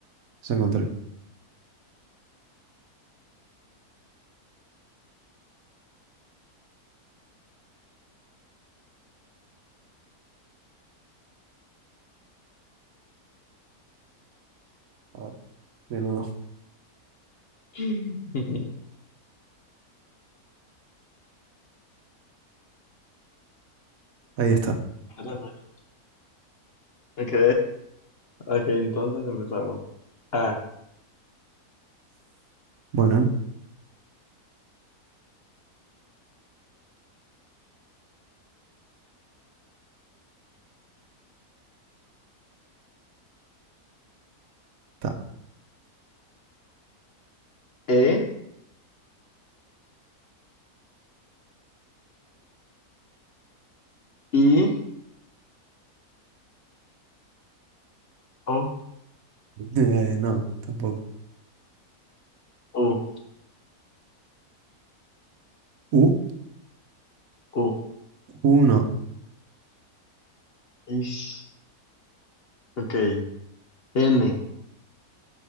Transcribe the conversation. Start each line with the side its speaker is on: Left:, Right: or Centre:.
Right: ya encontré. A ver, de nuevo.
Left: <laughs>
Right: Ahí está.
Left: Espérame. Ok, ok, entonces empezamos. A,
Right: Bueno, está.
Left: E, I, O,
Right: Eh, no, tampoco.
Left: U,
Right: U,
Left: U,
Right: uno.
Left: Ish. Ok, N,